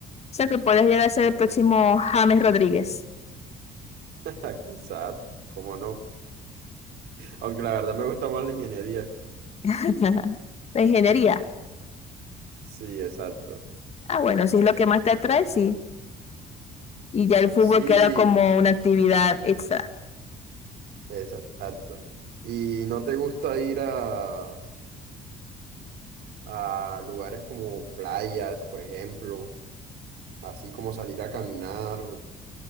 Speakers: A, on the left; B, on the right.
A: sea, que podrías llegar a ser el próximo James Rodríguez.
B: Ah, Quizás, cómo no. Aunque la verdad me gusta más la ingeniería.
A: <laughs> La ingeniería.
B: Sí, exacto.
A: Ah, bueno, si es lo que más te atrae, sí. Y ya el fútbol
B: Sí,
A: queda
B: y
A: como una actividad extra.
B: exacto. ¿Y no te gusta ir a, a lugares como playas, por ejemplo? Así como salir a caminar